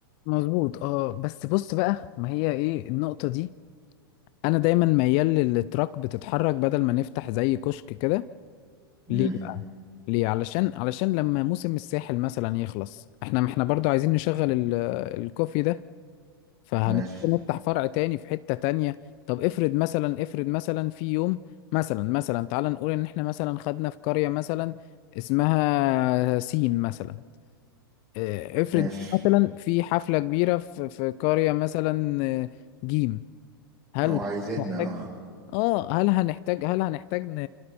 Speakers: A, on the left; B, on the right.
A: مظبوط اه بس بص بقى ما هي ايه النقطة دي انا دايما ميال للتراك بتتحرك بدل ما نفتح زي كشك كده
B: امم
A: ليه بقى ليه علشان علشان لما موسم الساحل مثلا يخلص احنا احنا برضو عايزين نشغل ال- الكوفي ده فهنضطر
B: ماشي
A: نفتح فرع تاني في حتة تانية طب افرض مثلا افرض مثلا في يوم مثلا مثلا تعال نقول ان احنا مثلا خدنا في قرية مثلا اسمها سين مثلا اه، افرض
B: ماشي
A: مثلا في حفلة كبيرة في في قرية مثلا اه، جيم هل
B: او عايزين
A: محتاج
B: اه
A: اه هل هنحتاج هل هنحتاج ن...